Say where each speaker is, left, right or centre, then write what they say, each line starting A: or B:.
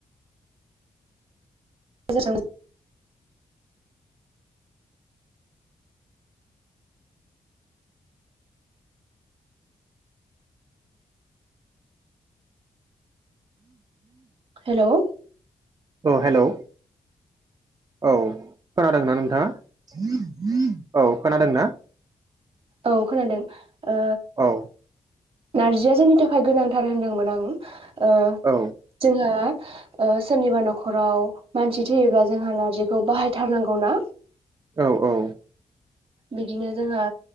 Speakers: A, on the right; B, on the right.
A: <unintelligible> हेल'
B: अ हेलौ औ खोनादोंना नोंथाङा औ खोनादों ना
A: औ खोनादों ओ
B: औ
A: नारजिया जोंनि थाखाय गोनांथार होनदोंमोन आं ओ
B: औ
A: जोंहा ओ सोरनिबा न'खराव मानसि थैयोब्ला जोंहा नारजिखौ बाहायथारनांगौना
B: औ औ
A: बिदिनो जोंहा